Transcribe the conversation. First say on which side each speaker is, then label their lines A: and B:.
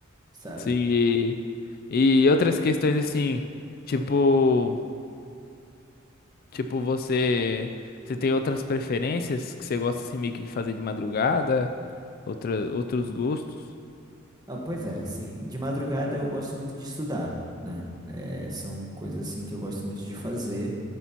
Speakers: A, on the right; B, on the left.
A: Sabe?
B: Sim, e, e outras questões assim, tipo, tipo você, você tem outras preferências que você gosta assim meio que de fazer de madrugada, outra, outros gostos?
A: Ah, pois é, assim, de madrugada eu gosto muito de estudar, né? É, são coisas assim que eu gosto muito de fazer